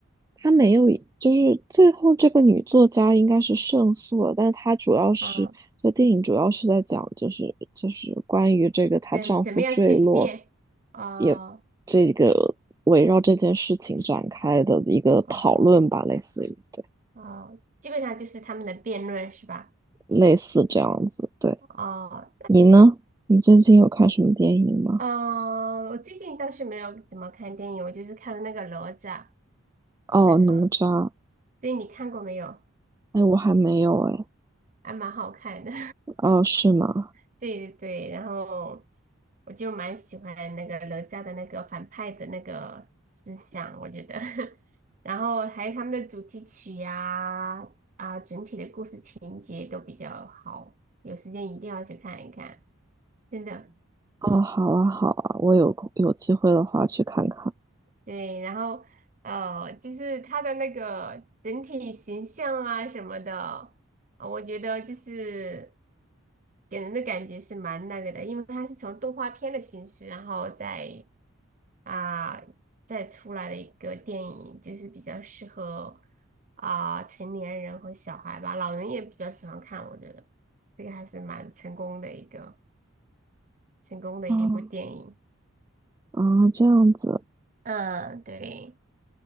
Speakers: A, on the right; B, on the right.
A: 她没有，就是最后这个女作家应该是胜诉了，但是她主要是，
B: 啊，
A: 这电影主要是在讲，就是就是关于这个她丈夫坠落，
B: 怎怎么样去辩？哦
A: 也这个围绕这件事情展开的一个讨论吧，
B: 哦。
A: 类似于对，
B: 哦，基本上就是他们的辩论是吧？
A: 类似这样子。对，
B: 哦，
A: 你呢？你最近有看什么电影吗？
B: 嗯、我最近倒是没有怎么看电影，我就是看了那个哪吒，
A: 哦，
B: 那个，
A: 哪吒。
B: 对你看过没有？
A: 哎，我还没有哎。
B: 还蛮好看的，
A: 哦，是吗？
B: <laughs> 对对对，然后我就蛮喜欢那个哪吒的那个反派的那个思想，我觉得，<laughs> 然后还有他们的主题曲呀、啊，整体的故事情节都比较好，有时间一定要去看一看，真的。
A: 哦，好啊，好啊，我有空有机会的话去看看。
B: 对，然后呃，就是他的那个整体形象啊什么的，呃我觉得就是给人的感觉是蛮那个的，因为他是从动画片的形式，然后再啊、再出来的一个电影，就是比较适合啊、成年人和小孩吧，老人也比较喜欢看，我觉得这个还是蛮成功的一个成功的一部电影。
A: 哦，啊，这样子，
B: 嗯，对。